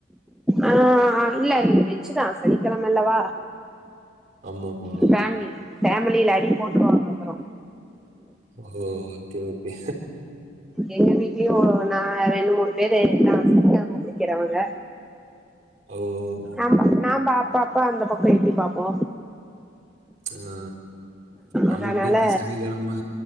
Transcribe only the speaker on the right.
ஆமாமா.
ஓ ஓகே ஓகே
ஓ
ஆஆ நமக்கு
இந்த சனிக்கிழம